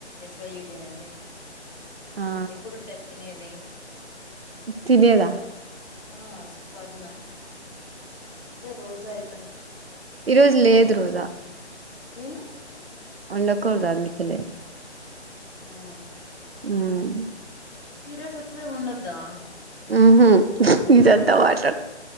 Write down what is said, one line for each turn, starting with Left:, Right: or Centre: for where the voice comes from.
Left: ఎస్ వై ఈ డే అంటే
Right: ఆ
Left: ఎప్పుడు ట్టాయి తినేది
Right: తినేదా
Left: ఆ సిక్స్ ఫార్టీ ల అంటే రోజుయితినై
Right: ఈ రోజు లేదు రోజా.
Left: ఏమి
Right: ఉండ కూడదు ఆ మిట్టలే
Left: అవునా
Right: హుమ్మ్
Left: పీరియడ్స్ వసే ఉండద్దా
Right: ఉహూ ఇజంతా వాటర్